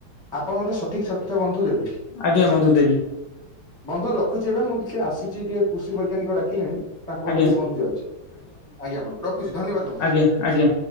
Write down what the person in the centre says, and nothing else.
ଆପଣ ମତେ ସଠିକ ସତ୍ୟ ବନ୍ଧୁ ଦେବେ।
ବନ୍ଧୁ ରଖୁଛି ଏବେ ମୁଁ ଟିକେ ଆସୁଛି ଟିକେ କୃଷି ବୈଜ୍ଞାନିକ ଡାକିଲେଣି। ତାଙ୍କ ପାଖକୁ
ଟିକେ ବନ୍ଧୁ ଯାଉଛି ଆଜ୍ଞା ବନ୍ଧୁ ରଖୁଛି ଧନ୍ୟବାଦ ବନ୍ଧୁ।